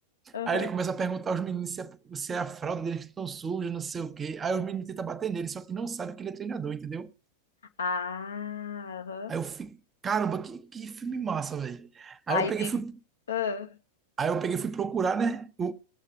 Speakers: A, on the left; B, on the right.
A: aham.
B: Aí ele começa a perguntar aos meninos se é, se é a fralda deles que estão suja, não sei o quê. Aí os meninos tentam bater nele, só que não sabe que ele é treinador, entendeu?
A: Ah, aham.
B: Aí eu fico, caramba, que, que filme massa, velho. Aí
A: Aí
B: eu peguei,
A: vem.
B: e fui,
A: ah,
B: aí eu peguei, e fui procurar, né, o,